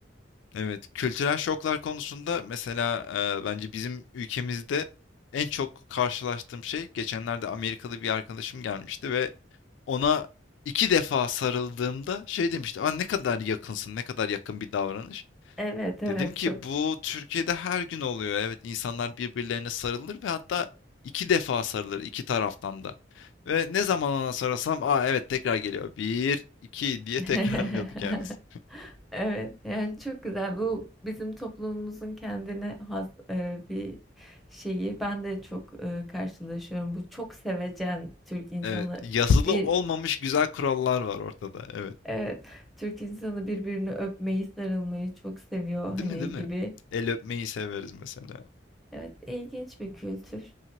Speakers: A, on the left; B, in the centre.
A: Evet, kültürel şoklar konusunda mesela eee, bence bizim ülkemizde en çok karşılaştığım şey geçenlerde Amerikalı bir arkadaşım gelmişti ve Ona iki defa sarıldığımda şey demişti. Aa, ne kadar yakınsın, ne kadar yakın bir davranış.
B: Evet, evet,
A: Dedim ki
B: çok.
A: bu Türkiye'de her gün oluyor. Evet insanlar birbirlerine sarılır ve hatta iki defa sarılır iki taraftan da. Ve ne zaman ona sarılsam aa evet tekrar geliyor. Bir, iki diye
B: <laughs>
A: <laughs> tekrarlıyordu kendisi.
B: Evet, yani çok güzel. Bu bizim toplumumuzun kendine has e, bir şeyi. Ben de çok e, karşılaşıyorum. Bu çok sevecen Türk insanı
A: Evet yazılı
B: bir
A: olmamış güzel kurallar var ortada. Evet
B: evet, Türk insanı birbirini öpmeyi, sarılmayı çok seviyor
A: değil
B: hani
A: mi değil mi?
B: gibi.
A: El öpmeyi severiz mesela.
B: Evet, ilginç bir kültür.